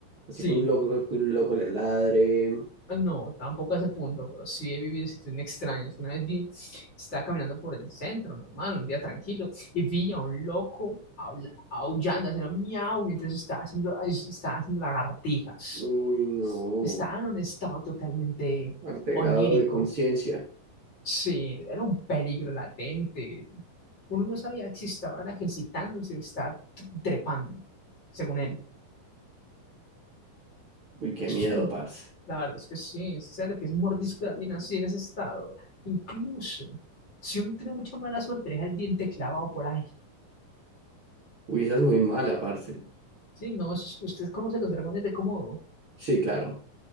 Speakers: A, on the right; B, on the left.
A: Así
B: Sí.
A: con un loco, con un loco le ladre.
B: No, tampoco a ese punto, pero sí he vivido situaciones extrañas. Una vez vi, estaba caminando por el centro, normal, un día tranquilo, y vi a un loco habla- aullando, haciendo miau mientras estaba haciendo, estaba haciendo lagartijas.
A: Uy, no.
B: Estaba en un estado totalmente
A: Alterado
B: onírico.
A: de conciencia.
B: Sí, era un peligro latente. Uno no sabía si estaba era ejercitándose, estaba trepando, según él.
A: Uy, qué
B: Eso
A: miedo,
B: es un,
A: parce.
B: la verdad es que sí, ¿sabes lo que es un mordisco de alguien así en ese estado? Incluso, si uno tiene mucha mala suerte, deja el diente clavado por ahí.
A: Uy, esa es muy mala, parce.
B: Sí, no, eso es- usted conoce los dragones de Komodo.
A: Sí, claro.